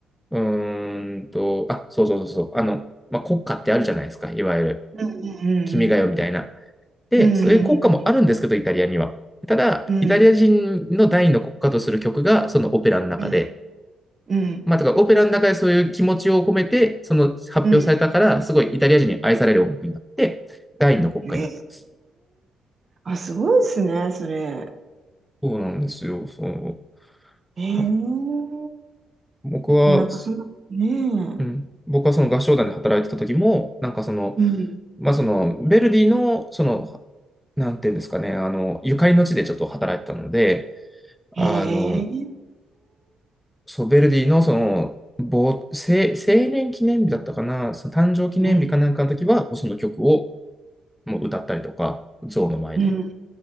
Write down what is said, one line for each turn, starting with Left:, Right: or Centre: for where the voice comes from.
Centre: うーんと、あ、そうそうそうそう。あの、まあ、国歌ってあるじゃないですか。いわゆる、
Right: うんうんうん。
Centre: 君が代みたいな。で、
Right: うんうん
Centre: そういう国歌もあるんですけど、イタリアには。ただ、
Right: うんうん。
Centre: イタリア人の第二の国歌とする曲が、そのオペラの中で。
Right: うんうんうん。
Centre: まあ、だからオペラの中でそういう気持ちを込めて、その発表されたから、
Right: うん
Centre: すごいイタリア人に愛される音楽になって、第二の国歌になってます。
Right: ええあ、すごいですね、それ。
Centre: そうなんですよ、そう。
Right: ええ
Centre: あ僕は、
Right: で、なんかそんな、ね
Centre: うん、
Right: え。
Centre: 僕はその合唱団で働いてた時も、なんかその、
Right: うん。
Centre: まあ、その、ヴェルディの、その、なんていうんですかね、あの、ゆかりの地でちょっと働いてたので、あの、
Right: へえ。
Centre: そう、ヴェルディのその、ぼ成成年記念日だったかな、その誕生記念日かなんかの時は、
Right: うん。
Centre: その曲をもう歌ったりとか、像の前で、
Right: うん。